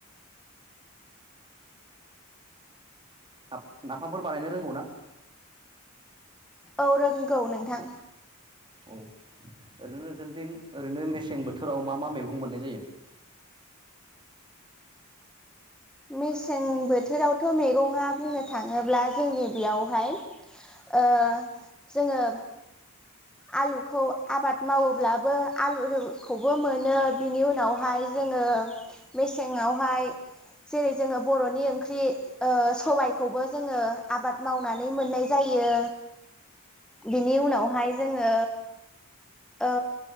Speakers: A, on the right; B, in the centre.
A: ना-नाफामफोर बानायनो रोंगौ ना?
B: औ रोंगौ नोंथां
A: औ ओरैनो नोंसोरनिथिं ओरैनो मेसें बोथोराव मा मा मैगं मोननाय जायो?
B: मेसेंनि बोथोरावथ' मैगङा बुंनो थाङोब्ला जोंनि बेयावहाय ओ जोङो आलुखौ आबाद मावोब्लाबो आलुखौबो मोनो बिनि उनावहाय जोङो मेसेंआवहाय जेरै जोङो बरनि ओंख्रि ओ सबाइखौबो जोङो आबाद मावनानै मोननाय जायो। बिनि उनावहाय जोङो औ